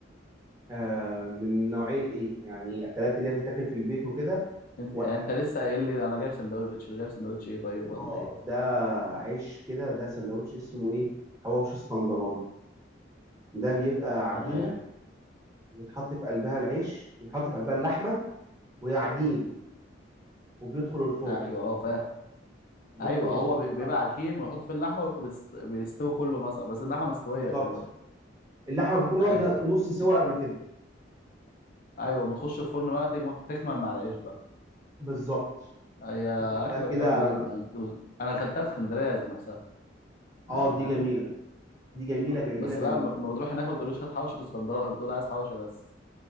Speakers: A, on the right; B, on the left.
A: آه من نوعية إيه؟ يعني أكلات اللي هي بتتاكل في البيت وكده
B: انت,
A: ولا
B: يعني انت لسه قايل لي انا جايب سندوتش جايب سندوتش ايه طيب ولا
A: آه
B: ايه
A: ده عيش كده ده سندوتش اسمه إيه؟ حواوشي اسكندراني ده بيبقى عجينة
B: تمام
A: بتحط في قلبها العيش بيتحط في قلبها اللحمة وهي عجين وبيدخل الفرن
B: ايوه اه فاهم
A: بيدخل
B: ايوه
A: الفرن
B: هو بي-
A: بقى
B: بيبقى عجين ويحط في اللحمه وبيست- بيستوي كله مثلا بس اللحمه مستويه
A: بالظبط
B: غالبا
A: اللحمة بتكون
B: ايوه
A: واخدة نص سوا قبل كده
B: ايوه بتخش الفرن بقى تجم- تكمل مع العيش بقى
A: بالظبط
B: هي
A: تطلع
B: اكله
A: بقى
B: جامده
A: كده
B: جدا انا اكلتها في اسكندريه ذات نفسها يعني
A: اه دي
B: فاهم
A: جميلة دي جميلة
B: اه.
A: جميلة
B: بس
A: جميلة
B: بقى ما بتروح هناك ما بتقولوش هات حوشه اسكندراني بتقول عايز حوشه بس